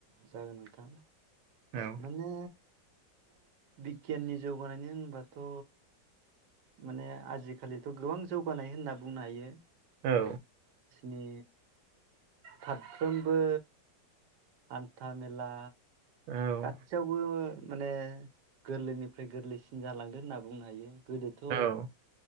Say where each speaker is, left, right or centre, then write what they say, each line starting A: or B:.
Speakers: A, on the right; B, on the right.
A: जागोन नोंथां
B: औ
A: माने बि गियाननि जौगानायनि होनबाथ' माने आजिखालिथ' गोबां जौगानाय होनना बुंनो हायो।
B: औ
A: नि फारफ्रोमबो हान्था मेला
B: औ
A: गासैयावबो माने गोरलैनिफ्राय गोरलैसिन जालांदो होनना बुंनो हायो। गोदोथ'
B: औ